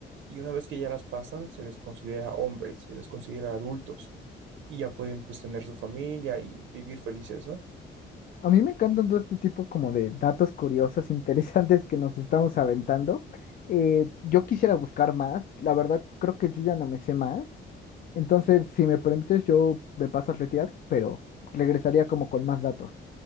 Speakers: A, on the right; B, on the left.
A: y una vez que ya las pasan, se les considera hombres, se les considera adultos. y ya pueden pues tener su familia y vivir felices, ¿no?
B: A mí me encantan todo este tipo como de datos curiosos, <laughs> interesantes que nos estamos aventando. Eh, yo quisiera buscar más, la verdad creo que yo ya no me sé más. Entonces, si me permites, yo me paso a retirar, pero regresaría como con más datos.